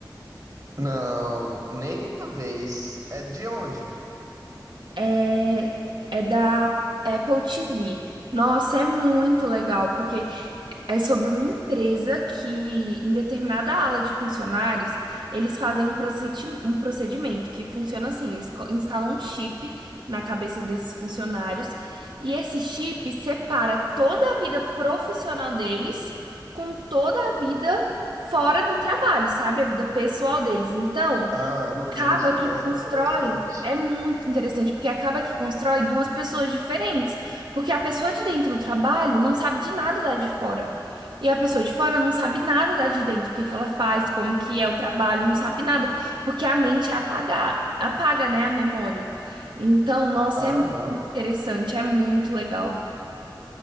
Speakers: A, on the right; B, on the right.
A: Não, nenhuma vez. É de onde?
B: É, é da Apple TV. Nossa, é muito legal, porque É sobre uma empresa que, em determinada ala de funcionários, eles fazem um procedi- um procedimento que funciona assim: eles co- instalam um chip na cabeça desses funcionários e esse chip separa toda a vida profissional deles com toda a vida fora do trabalho, sabe? A vida pessoal deles. Então
A: Ah, entendi,
B: acaba que
A: parece
B: constrói.
A: interessante.
B: É muito interessante, porque acaba que constrói duas pessoas diferentes. Porque a pessoa de dentro do trabalho não sabe de nada da de fora. E a pessoa de fora não sabe nada da de dentro, o que que ela faz, como que é o trabalho, não sabe nada. Porque a mente é apaga, apaga, né, a memória. Então, nossa,
A: Aham,
B: é muito interessante, é muito legal.